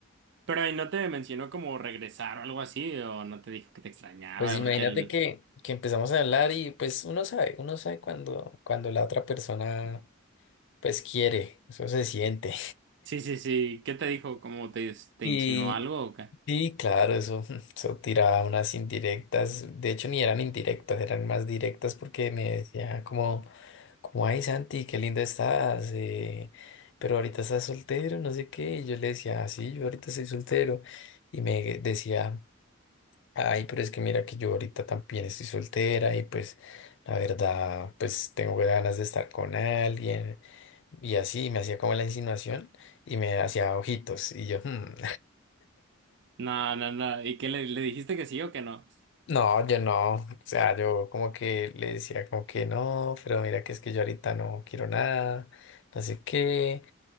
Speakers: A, on the right; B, on the left.
A: Pero ahí no te mencionó como regresar o algo así, o no te dijo que te extrañaba,
B: Pues imagínate
A: porque el...
B: que, que empezamos a hablar y pues uno sabe, uno sabe cuando, cuando la otra persona pues quiere, eso se siente.
A: Sí, sí, sí, ¿qué te dijo? ¿Cómo te,
B: <laughs>
A: te
B: y
A: insinuó algo o qué?
B: Sí, claro, eso, <laughs> eso tiraba unas indirectas, de hecho ni eran indirectas, eran más directas porque me decía como, como, ay Santi, qué linda estás, eh, pero ahorita estás soltero, no sé qué, y yo le decía, "Ah, sí, yo ahorita estoy soltero, y me decía, ay, pero es que mira que yo ahorita también estoy soltera, y pues la verdad, pues tengo ganas de estar con alguien, y así, me hacía como la insinuación, y me hacía ojitos, y yo, "Hmm".
A: No, no, no, ¿y qué le, le dijiste que sí o que no?
B: No, yo no, o sea, yo como que le decía como que no, pero mira que es que yo ahorita no quiero nada, no sé qué.